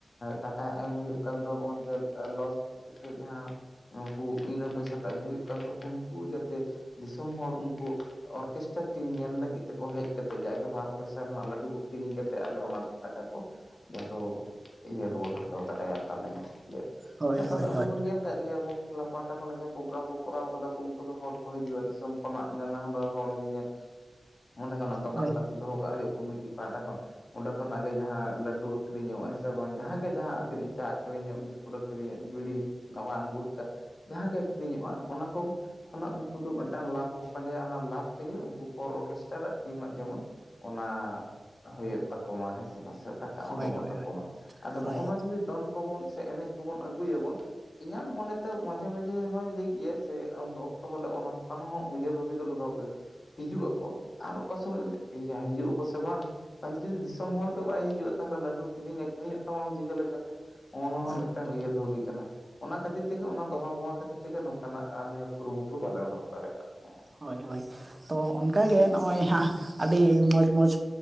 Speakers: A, on the left; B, on the right.
A: ᱴᱟᱠᱟ ᱮᱢ ᱦᱩᱭᱩᱜ ᱠᱟᱱ ᱫᱚ ᱱᱚᱜ-ᱚᱭ ᱡᱮ ᱞᱚᱥ ᱥᱮ ᱡᱟᱸᱦᱟ ᱩᱱᱠᱩ ᱵᱤᱱᱟᱹ ᱯᱚᱭᱥᱟ ᱛᱮ ᱟᱹᱜᱩ ᱦᱩᱭᱩᱜ ᱠᱟᱱ ᱫᱚ ᱩᱱᱠᱩ ᱡᱟᱛᱮ ᱫᱤᱥᱚᱢ ᱦᱚᱲ ᱩᱱᱠᱩ ᱚᱨᱠᱮᱥᱴ ᱪᱟ ᱴᱤᱢ ᱧᱮᱞ ᱞᱟᱹᱜᱤᱫ ᱛᱮᱠᱚ ᱦᱮᱡ ᱠᱟᱛᱮᱜ ᱜᱮ ᱟᱜᱮ ᱵᱟᱨ ᱯᱚᱭᱥᱟ ᱨᱮᱱᱟᱜ ᱞᱟᱹᱰᱩ ᱠᱚ ᱠᱤᱨᱤᱧ ᱠᱟᱛᱮ ᱟᱞᱮ ᱚᱱᱟ ᱴᱟᱠᱟ ᱡᱟᱦᱟ ᱫᱚ ᱤᱭᱟᱹ ᱨᱩᱣᱟᱹᱲ ᱦᱟᱛᱟᱣ ᱫᱟᱲᱮᱭᱟ ᱛᱟᱞᱮ ᱢᱟ
B: ᱦᱳᱭ
A: ᱠᱟᱛᱷᱟ
B: ᱦᱳᱭ
A: ᱫᱚ ᱟᱵᱚ
B: ᱦᱳᱭ
A: ᱵᱚᱱ ᱧᱮᱞ ᱟᱠᱟᱜ ᱜᱮᱭᱟ ᱵᱚ ᱠᱮᱞᱟᱵᱽ ᱯᱟᱦᱟᱴᱟ ᱠᱷᱚᱱᱟᱜ ᱡᱟᱦᱟᱸ ᱯᱨᱳᱜᱨᱟᱢ ᱠᱚ ᱠᱚᱨᱟᱣ ᱠᱟᱫᱟ ᱠᱩ ᱩᱱᱠᱩ ᱫᱚ ᱦᱚᱲ ᱠᱚ ᱦᱤᱡᱩᱜᱼᱟ ᱫᱤᱥᱚᱢ ᱠᱷᱚᱱᱟᱜ ᱧᱮᱞᱟᱝ ᱦᱩᱱᱟᱹᱨ ᱦᱚᱲ ᱧᱮᱧᱮᱞ, ᱚᱸᱰᱮ ᱠᱷᱚᱱᱟᱜ ᱫᱚᱠᱟᱱ
B: ᱦᱳᱭ
A: ᱯᱟᱹᱛᱤ ᱫᱚᱦᱚ ᱠᱟᱜ ᱦᱩᱭᱩᱜ-ᱟ, ᱠᱚᱢᱤᱴᱤ ᱯᱟᱦᱟᱴᱟ ᱠᱷᱚᱱ ᱚᱸᱰᱮ ᱠᱷᱚᱱᱟᱜ ᱜᱮ ᱡᱟᱦᱟᱸ ᱞᱟᱹᱰᱩ ᱟᱹᱠᱷᱨᱤᱧ ᱚᱜ ᱦᱮᱸ ᱥᱮ ᱵᱟᱝ ᱡᱟᱦᱟ ᱜᱮ ᱡᱟᱦᱟᱸ ᱟᱹᱠᱷᱨᱤᱧ ᱚᱜ ᱪᱟ ᱟᱹᱠᱷᱨᱤᱧ ᱚᱜ ᱵᱤᱥᱠᱩᱴ ᱟᱹᱠᱷᱨᱤᱧ ᱚᱜ ᱵᱤᱲᱤ ᱜᱟᱣᱟᱱ ᱜᱩᱴᱠᱟᱹ ᱡᱟᱦᱟᱸ ᱜᱮ ᱟᱹᱠᱷᱨᱤᱧᱚᱜᱼᱟ ᱚᱱᱟ ᱠᱚ ᱠᱷᱚᱱᱟᱜ ᱩᱱᱠᱩ ᱫᱚ ᱢᱤᱫᱴᱟᱝ ᱞᱟᱵᱷ ᱠᱚ, ᱯᱟᱸᱡᱟᱭᱟ ᱚᱱᱟ ᱞᱟᱵᱷ ᱛᱮᱜᱮ ᱩᱱᱠᱩ ᱯᱚᱨ ᱚᱨᱠᱮᱥᱴᱟᱨᱟᱜ ᱴᱤᱢᱟᱜ ᱡᱮᱢᱚᱱ ᱚᱱᱟ ᱦᱩᱭᱩᱜ ᱛᱟᱠᱚᱢᱟ ᱦᱮᱸ ᱥᱮ, ᱥᱮ ᱴᱟᱠᱟ ᱩᱰᱩᱠᱚᱜ
B: ᱦᱳᱭ ᱦᱳᱭ
A: ᱛᱟᱠᱚ
B: ᱦᱳᱭ ᱦᱳᱭ
A: ᱢᱟ ᱟᱫᱚ ᱱᱚᱜᱼᱚ
B: ᱦᱳᱭ
A: ᱱᱚᱣᱟ ᱡᱩᱫᱤ ᱫᱚᱱ ᱠᱚᱵᱚᱱ ᱥᱮ ᱮᱱᱮᱡ ᱠᱚᱵᱚᱱ ᱟᱹᱜᱩᱭᱟ ᱵᱚᱱ ᱤᱧᱟᱹᱜ ᱢᱚᱱᱮ ᱛᱮ ᱢᱟᱡᱷᱮ ᱢᱟᱡᱷᱮ ᱦᱚᱭ ᱞᱟᱹᱭ ᱜᱮᱭᱟᱭ ᱥᱮ ᱩᱱᱥ ᱚᱠᱛᱚ ᱦᱚᱸ ᱞᱮ ᱚᱱᱟ ᱚᱱᱠᱟ ᱱᱟᱜ ᱦᱚᱸ ᱩᱭᱦᱟᱹᱨ ᱵᱷᱟᱵᱤ ᱫᱚᱞᱮ ᱫᱚᱦᱚ ᱠᱚ ᱦᱤᱡᱩᱜ ᱟᱠᱚ ᱟᱨ ᱚᱠᱟ ᱥᱚᱢᱚᱭ ᱫᱚ ᱮᱭᱟ ᱦᱤᱡᱩᱜ ᱟᱠᱚ ᱥᱮ ᱵᱟᱝ ᱛᱟᱦᱚᱞᱮ ᱡᱩᱫᱤ ᱫᱤᱥᱚᱢ ᱦᱚᱲᱜᱮ ᱵᱟᱭ ᱦᱤᱡᱩᱜᱼᱟ, ᱛᱟᱦᱚᱞᱮ ᱞᱟᱹᱰᱩ ᱠᱤᱨᱤᱧ ᱟᱹᱠᱷᱨᱤᱧ ᱚᱜ ᱛᱟᱢᱟ ᱟᱢ ᱪᱤᱠᱟᱹ ᱞᱮᱠᱟᱛᱮ, ᱱᱚᱜᱼᱚᱭ ᱱᱚᱣᱟ
B: ᱦᱳᱭ
A: ᱦᱚᱸ ᱢᱤᱫᱴᱟᱝ ᱩᱭᱦᱟᱹᱨ ᱵᱷᱟᱹᱵᱤ ᱠᱟᱱᱟ᱾ ᱚᱱᱟ ᱠᱷᱟᱹᱛᱤᱨ ᱛᱮᱜᱮ ᱚᱱᱟ ᱫᱚᱦᱟ ᱵᱚᱦᱟ ᱠᱷᱟᱹᱛᱤᱨ ᱛᱮᱜᱮ ᱱᱚᱝᱠᱟᱱᱟᱜ ᱟᱞᱮ ᱦᱚᱸ ᱠᱩᱨᱩ ᱢᱩᱴᱩ ᱵᱟᱞᱮ ᱫᱚᱦᱚ ᱫᱟᱲᱮ ᱟᱠᱟᱫ ᱛᱟᱦᱮᱸᱫ-ᱟ
B: ᱦᱳᱭ ᱦᱳᱭ ᱛᱚ ᱚᱱᱠᱟᱜᱮ ᱱᱚᱜᱼᱚᱭ ᱦᱟᱸᱜ ᱟᱹᱰᱤ ᱢᱚᱡᱽ ᱢᱚᱡᱽ